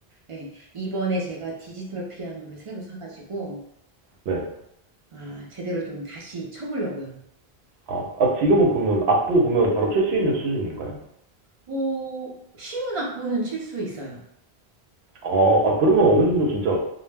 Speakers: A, on the right; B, on the right.
A: 예, 이번에 제가 디지털 피아노를 새로 사가지고
B: 네.
A: 아, 제대로 좀 다시 쳐보려고요.
B: 아, 아, 지금은 그러면 악보 보면 바로 칠 수 있는 수준인가요?
A: 오, 쉬운 악보는 칠 수 있어요.
B: 어, 아, 그러면 어느 정도 진짜